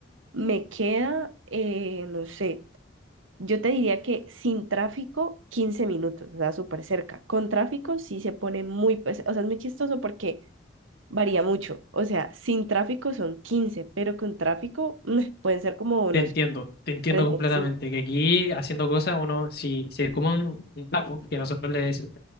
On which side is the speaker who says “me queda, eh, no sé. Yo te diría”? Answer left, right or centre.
Right